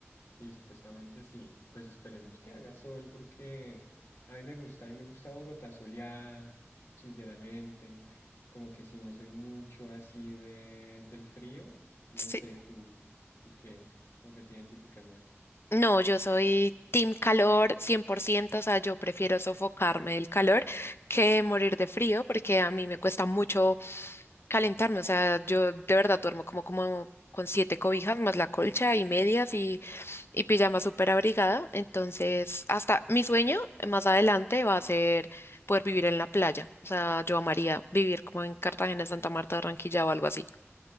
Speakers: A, on the left; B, on the left.
A: Sí, supuestamente sí. Pues esperemos que haga sol porque a mí me gusta, a mí me gusta Bogotá soleada, sinceramente. Como que sí, no soy mucho así de del frío. No
B: sí.
A: sé, tú, tú qué, con qué te identificas más.
B: No, yo soy team calor 100%, o sea, yo prefiero sofocarme del calor que morir de frío porque a mí me cuesta mucho calentarme, o sea, yo de verdad duermo como, como con siete cobijas más la colcha y medias y, y pijama súper abrigada, entonces hasta mi sueño más adelante va a ser poder vivir en la playa, o sea, yo amaría vivir como en Cartagena, Santa Marta, Barranquilla o algo así.